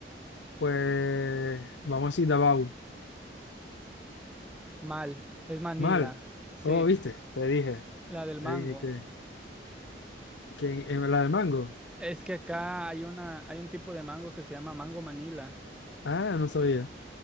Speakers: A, on the left; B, in the centre.
A: Pues vamos a decir Davao.
B: Mal, es Manila.
A: Mal.
B: Sí,
A: Oh, ¿viste? Te dije.
B: la del
A: Te
B: mango.
A: dije que, que en la de mango.
B: Es que acá hay una, hay un tipo de mango que se llama mango Manila.
A: Ah, no sabía.